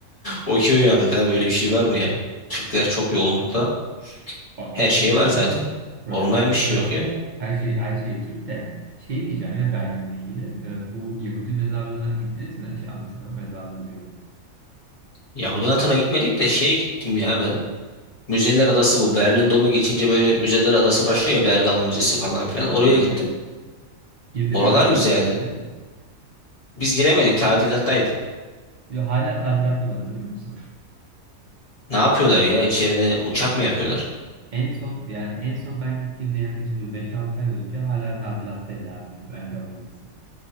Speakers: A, on the left; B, on the right.
A: Okey oynadık ha böyle bir şey var mı ya? Türkler çok yoğunlukla.
B: A-
A: Her
B: aşırı
A: şey var
B: canım.
A: zaten.
B: Kreuzberg'de
A: Olmayan bir şey
B: zaten
A: yok ya.
B: her şey her şey Türk de şey diyeceğim ya Berlin'le ilgili. E, bu Yahudi mezarlığına gittiniz mi? Şey anlatana mezarlığı diyorum.
A: Yahudi Anıtı'na gitmedik de şeye gittim ya ben. Müzeler Adası bu. Berlin Dom'u geçince böyle Müzeler Adası başlıyor ya Bergama Müzesi falan filan.
B: Aa,
A: Oraya
B: evet
A: gittim.
B: evet. Girdi
A: Oralar
B: mi Bergama
A: güzeldi.
B: Müzesi'ne?
A: Biz giremedik tadilattaydı.
B: Ve hala tadilatta bu arada biliyor musun?
A: Ne yapıyorlar ya? İçerine uçak mı yapıyorlar?
B: En son yani en son ben gittiğimde yaklaşık bir 5-6 ay önce hala tadilattaydı abi Bergama Müzesi.